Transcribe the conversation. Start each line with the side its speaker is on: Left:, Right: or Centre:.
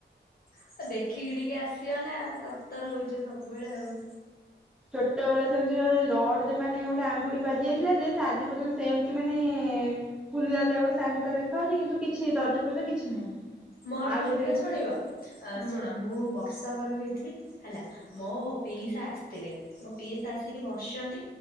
Left: ଆଉ ଦେଖିକି ଟିକେ ଆସିବ ନା ତତର ହଉଛ ସବୁବେଳେ ଆଉ।
Centre: ଛୋଟ ବେଳେ ସେମିତି ଗୋଟେ ରଡ଼ ମାନେ ଗୋଟେ ଆଙ୍ଗୁଡି ବାଜି ଯାଇଥିଲା ଯେ ଆଜି ପର୍ଯ୍ୟନ୍ତ ସେମିତି ମାନେ। ଫୁଲ ଦାଗ ସେ ଆଙ୍ଗୁଠିଟା ଦେଖାହାଉଉଛି କିନ୍ତୁ ଦରଜ ଫରଜ କିଛି ନାହିଁ।
Left: ମୋର
Centre: ଆଉ
Left: କଣ
Centre: ଗୋଟେ
Left: ହେଇଥିଲା ଶୁଣିବ
Centre: ହଁ
Left: ଶୁଣ ମୁଁ ବର୍ଷକର ହେଇଥିଲି ହେଲା। ମୋ ପିଇସା ଆସିଥିଲେ। ମୋ ପିଇସା ଆସିକି ବସିଛନ୍ତି।